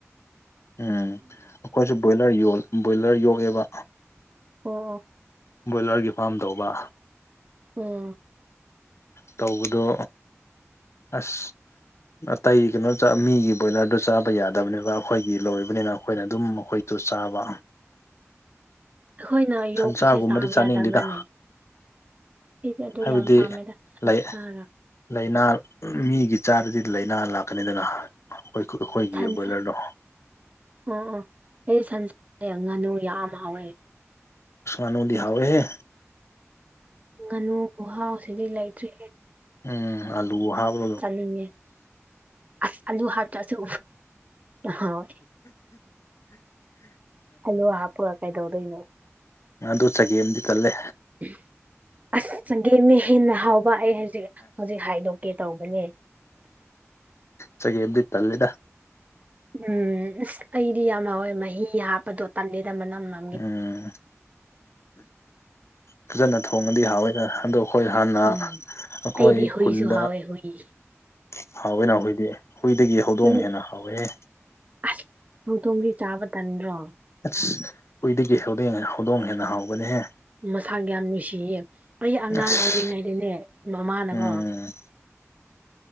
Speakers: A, on the left (about 60°); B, on the right (about 30°).
A: ꯎꯝ ꯑꯩꯈꯣꯏꯁꯨ ꯕꯣꯏꯂꯔ ꯕꯣꯏꯂꯔ ꯌꯣꯛꯑꯦꯕ
B: ꯑꯣ
A: ꯕꯣꯏꯂꯔꯒꯤ ꯐꯥꯝ ꯇꯧꯕ
B: ꯑꯣꯝ
A: ꯇꯧꯕꯗꯣ ꯑꯁ ꯑꯇꯩ ꯀꯩꯅꯣ ꯃꯤꯒꯤ ꯕꯣꯏꯂꯔꯗꯨꯣ ꯆꯥꯕ ꯌꯥꯗꯕꯅꯤꯕ ꯑꯩꯈꯣꯏꯒꯤ ꯂꯣꯏꯕꯅꯤꯅ ꯑꯩꯈꯣꯏꯅ ꯑꯗꯨꯝ ꯑꯩꯣꯏ ꯇ ꯆꯥꯎꯥꯕ
B: ꯑꯩꯈꯣꯏꯅ ꯌꯣꯛꯄꯁꯦ
A: ꯁꯟꯁꯥꯒꯨꯝꯕꯗꯤ
B: ꯆꯥꯕ
A: ꯆꯥꯅꯤꯡꯗꯦꯗ
B: ꯌꯥꯗꯕ꯭ꯔꯥꯅꯦ ꯑꯩꯗꯤ ꯑꯗꯨ
A: ꯍꯥꯏꯕꯗꯤ
B: ꯌꯥꯝ ꯄꯥꯝꯃꯦꯗ ꯁꯟ
A: ꯂꯩ
B: ꯆꯥꯒ
A: ꯂꯥꯏꯅꯥ ꯃꯤꯒꯤ ꯆꯥꯗꯗꯤ ꯂꯥꯏꯅꯥ ꯂꯥꯛꯀꯅꯤꯗꯅ ꯑꯩꯈꯣꯏ ꯑꯩꯈꯣꯏꯒꯤ
B: ꯁꯟꯁꯥ
A: ꯕꯣꯏꯂꯔꯗꯣ
B: ꯑꯣ ꯑꯣ ꯑꯩ ꯁꯟꯁ ꯉꯥꯅꯨ ꯌꯥꯝ ꯍꯥꯎꯋꯦ
A: ꯑꯃꯥꯅꯣ ꯂꯤꯍꯋꯣꯏꯍꯦ
B: ꯉꯥꯅꯨ ꯨꯍꯥꯎ ꯁꯤꯗꯤ ꯂꯩꯇ꯭ꯔꯦ
A: ꯎꯝ ꯑꯜꯂꯨ ꯍꯥꯕ
B: ꯆꯠꯅꯤꯡꯉꯦ ꯑꯁ ꯑꯂꯨ ꯍꯥꯇ꯭ꯔꯁꯨ ꯑ ꯍꯣꯏ ꯑꯜꯂꯨ ꯍꯥꯞꯄꯒ ꯀꯩꯗꯧꯗꯣꯏꯅꯣ
A: ꯑꯗꯨ ꯆꯒꯦꯝꯗꯤ ꯀꯜꯂꯦ
B: ꯎ ꯑꯁ ꯆꯪꯒꯦ ꯃꯤ ꯍꯦꯟꯅ ꯍꯥꯎꯕ ꯑꯩ ꯍꯧꯖꯤꯛ ꯍꯧꯖꯤꯛ ꯍꯥꯏꯗꯣꯛꯀꯦ ꯇꯧꯕꯅꯦ
A: ꯆꯒꯗꯤ ꯇꯜꯂꯦꯗ
B: ꯎꯝ ꯑꯁ ꯑꯩꯗꯤ ꯌꯥꯝꯃꯋꯦ ꯃꯍꯤ ꯍꯥꯞꯄꯗꯣ ꯇꯝꯂꯗ ꯃꯅꯝꯃ
A: ꯎꯝ ꯐꯖꯅ ꯊꯣꯡꯉꯗꯤ ꯍꯥꯎꯑꯣꯏꯗꯅ ꯍꯟꯗꯣꯛ ꯑꯩꯈꯣꯏ ꯍꯥꯟꯅ
B: ꯎꯝ
A: ꯑꯩꯈꯣꯏ
B: ꯑꯩꯗꯤ ꯍꯨꯏꯁꯨ
A: ꯈꯨꯟꯗ
B: ꯍꯥꯎꯋꯦ ꯍꯨꯏ
A: ꯍꯥꯎꯋꯦ ꯅ ꯍꯨꯏꯗꯤ ꯍꯨꯏꯗꯒꯤ ꯍꯧꯗꯣꯡꯉꯦꯅ
B: ꯅꯪ
A: ꯍꯥꯎꯋꯦꯍꯦ
B: ꯑꯁ ꯎ ꯇꯣꯝꯤ ꯆꯥꯕ ꯇꯟ꯭ꯔꯣ
A: ꯑꯦꯁ ꯍꯨꯏꯗꯒꯤ ꯍꯧ ꯍꯧꯗꯣꯡ ꯍꯦꯟꯅ ꯍꯥꯎꯒꯅꯤꯍꯦ
B: ꯃꯁꯥ ꯌꯥꯝ ꯅꯨꯡꯁꯤꯌꯦ ꯑꯩ ꯑꯉꯥꯡ
A: ꯑꯁ
B: ꯑꯣꯏꯔꯤꯉꯩꯗꯅꯦ ꯃꯃꯥꯅꯀꯣ
A: ꯎꯝ